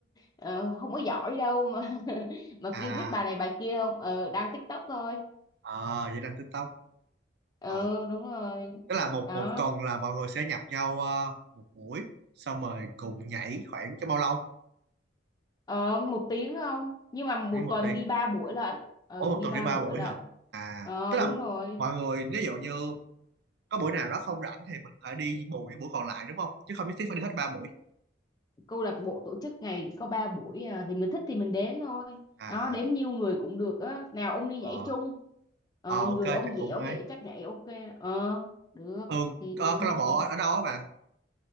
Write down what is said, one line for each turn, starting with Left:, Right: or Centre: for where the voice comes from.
Left: ờ, không có giỏi đâu mà <laughs> mà
Right: à
Left: kêu biết bài này bài kia không ờ, đăng TikTok thôi
Right: à vậy là TikTok
Left: ừ
Right: Ờ.
Left: đúng rồi
Right: tức là một
Left: đó
Right: một tuần là mọi người sẽ nhập nhau ờ, một buổi xong rồi cùng nhảy khoảng cho bao lâu
Left: Ờ, một tiếng không? Nhưng mà một
Right: đi một
Left: tuần
Right: tiếng
Left: đi ba buổi lận. Ờ,
Right: Ủa một
Left: đi
Right: tuần
Left: ba
Right: đi ba
Left: buổi
Right: buổi
Left: lận.
Right: hả à
Left: Ờ,
Right: tức
Left: đúng
Right: là
Left: rồi.
Right: mọi người ví dụ như có buổi nào đó không rảnh thì mình có thể đi bù những buổi còn lại đúng không chứ không nhất thiết phải đi hết ba buổi
Left: Câu lạc bộ tổ chức ngày có ba buổi à, thì mình thích thì mình đến thôi.
Right: à
Left: Đó, đến nhiều người cũng được á. Nào ông đi nhảy
Right: ờ
Left: chung. Ờ,
Right: Ờ,
Left: người
Right: ok chắc
Left: ông dẻo
Right: cũng hay
Left: vậy chắc nhảy ok. Ờ, được.
Right: thường
Left: Thì
Right: ờ,
Left: nào
Right: câu
Left: đi
Right: lạc bộ
Left: cùng.
Right: ở ở đâu á bà